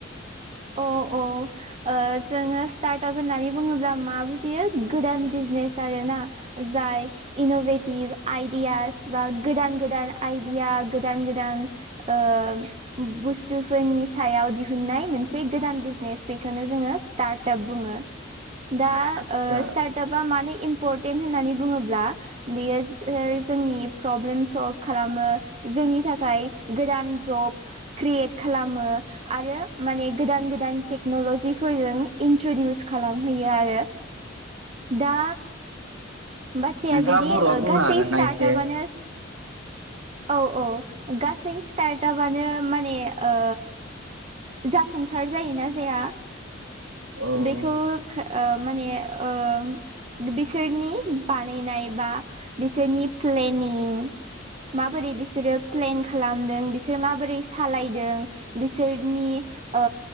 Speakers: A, on the right; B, on the right.
A: औ औ ओ जोङो स्टार्ट आप होननानै बुङोब्ला मा बुजियो गोदान बिज नेस आरोना जाय इन'भेटिभ आइदियास बा गोदान गोदान आइदि या गोदान गोदान ओ बुस्थुफोरनि सायाव दिहनाय मोनसे गोदान बिजनेस बेखौनो जोङो स्टार्टआप बुङो। दा ओ
B: आदसा
A: स्टार्ट आपा माने इम परटेन होननानै बुङोब्ला बेयो जोंनि प्रब्लेम सल्भ खालामो। जोंनि थाखाय गोदान जब क्रियेट खालामो आरो माने गोदान गोदान टेक्नलजिफोरजों इन्ट्रडिउस खालामहैयो आरो दा बाथ्राया
B: नोंथाङा
A: बिदि
B: बर'आव
A: ओ
B: बुंनो
A: गासै
B: हागोन
A: स्टार्टआपानो
B: ना एसे
A: औ औ गासै स्टार्टापानो माने ओ जाफुंसार जायोना जाया
B: औ
A: बेखौ खो ओ माने ओम बिसोरनि बानायनाय बा बिसोरनि प्लेनिं माबोरै बिसोरो प्लेन खालामदों बिसोर माबोरै सालायदों बिसोर नि ओ